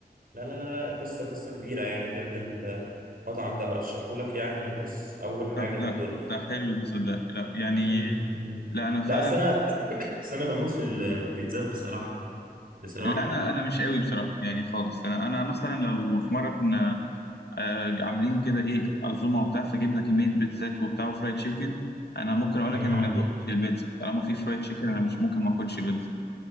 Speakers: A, on the right; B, on the left.
A: لا لا لا لا قصة قصة كبيرة يعني بجد المطعم ده أرشحهولك يعني بص أول حاجة
B: طب لا
A: في الدنيا
B: ده حلو ده صدقني لا يعني
A: امم أمم.
B: لا انا فعلا
A: لا أصل أنا <clears throat> <coughs> بس أنا بموت في البيتزات بصراحة بصراحة
B: لا انا
A: يعني
B: انا مش قوي بصراحه يعني خالص انا انا مثلا لو في مره كنا آه، عاملين كده ايه عزومه وبتاع فجبنا كميه بيتزات وبتاع وفرايد تشيكن انا ممكن اقول
A: امم
B: لك انا ما دقتش البيتزا طالما في فرايد تشيكن انا مش ممكن ما اكلش بيتزا